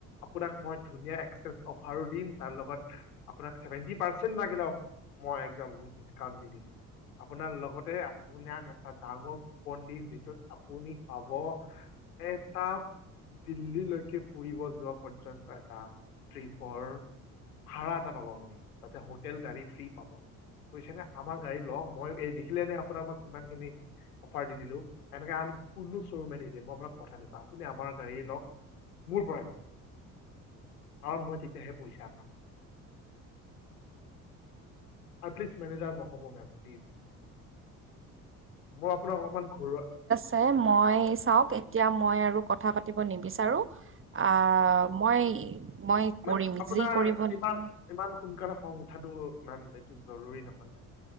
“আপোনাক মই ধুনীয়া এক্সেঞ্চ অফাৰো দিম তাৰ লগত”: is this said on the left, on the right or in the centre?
Left